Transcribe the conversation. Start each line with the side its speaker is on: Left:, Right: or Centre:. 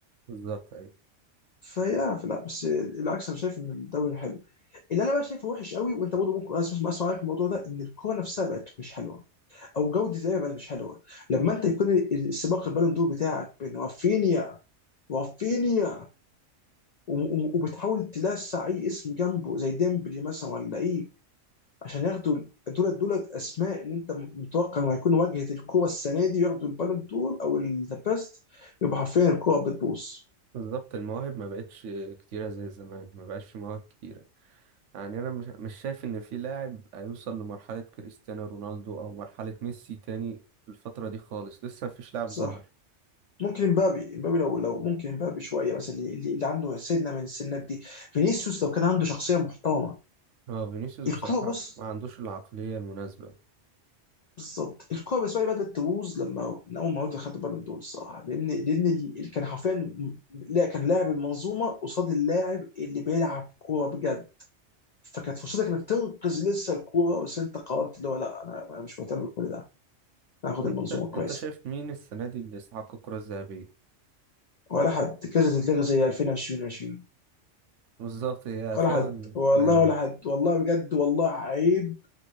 Right: بالظبط أيوة
Left: فيا فلا بس العكس انا شايف ان الدوري حلو اللي انا بقى شايفه وحش قوي وانت برضه ممكن اسمع اسمع رايك في الموضوع ده ان الكوره نفسها بقت مش حلوه او جوده اللعبه بقت مش حلوه لما انت يكون السباق البالون دور بتاعك بين رافينيا رافينيا و- و- وبتحاول تلسع اي اسم جنبه زي ديمبلي مثلا ولا ايه عشان ياخدوا دول دول اسماء اللي انت متوقع انه هيكون واجهه الكوره السنه دي وياخدوا البالون دور او ذا بيست يبقى حرفيا الكوره بتبوظ
Right: بالظبط المواهب ما بقتش كتيرة زي زمان ما بقاش في مواهب كتيرة يعني أنا مش مش شايف إن في لاعب هيوصل لمرحلة كريستيانو رونالدو أو مرحلة ميسي تاني الفترة دي خالص لسه مفيش لاعب
Left: صح
Right: ظهر
Left: ممكن امبابي امبابي لو لو ممكن امبابي شويه بس اللي, اللي اللي عنده سنه من السنات دي فينيسيوس لو كان عنده شخصيه محترمه
Right: هو فينيسيوس بصراحة
Left: الكوره بص
Right: ما عندوش العقلية المناسبة
Left: بالظبط الكوره بالنسبه لي بدات تبوظ لما من اول ما رودري خد البالون دور الصراحه لان لان اللي كان حرفيا لا كان لاعب المنظومه قصاد اللاعب اللي بيلعب كوره بجد فكانت فرصتك انك تنقذ لسه الكوره بس انت قررت اللي هو لا انا انا مش مهتم بكل ده انا هاخد
Right: وأنت
Left: المنظومه كويسه
Right: أنت شايف مين السنة دي اللي استحق الكرة الذهبية؟
Left: ولا حد كذا تتلغى زي 2020 20
Right: بالظبط هي فعلا
Left: ولا حد والله
Right: ما
Left: ولا حد والله بجد والله عيب